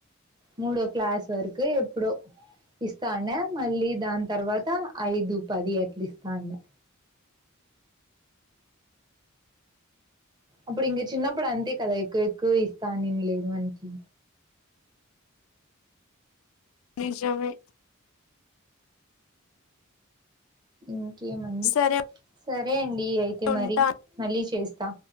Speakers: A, on the right; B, on the left.
A: మూడో క్లాస్ వరకు ఎప్పుడో ఇస్తాండే మళ్ళీ దాని తర్వాత ఐదు పది అట్లా ఇస్తాండే అప్పుడు ఇంగ చిన్నప్పుడు అంతే కదా ఎక్కువ ఎక్కువ ఇస్తా నేను లేదు ఆన్కి
B: నిజమే
A: ఇంకేమండి
B: సరే
A: సరే అండి అయితే
B: ఉంటా
A: మరి మళ్ళీ చేస్తా